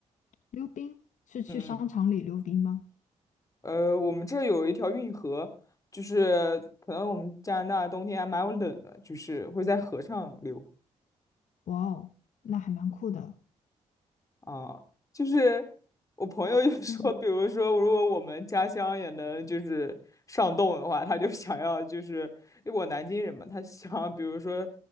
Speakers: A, on the left; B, on the left.
A: 溜冰是去商场里溜冰吗？
B: 嗯嗯呃，我们这有一条运河，就是可能我们加拿大冬天还蛮冷的，就是会在河上流
A: 哇哦，那还蛮酷的。
B: 啊。就是我朋友就 <laughs> 说，
A: 嗯，
B: 比如说如果我们家乡也能就是上冻的话，他就想要就是，因为我南京人嘛，他想要比如说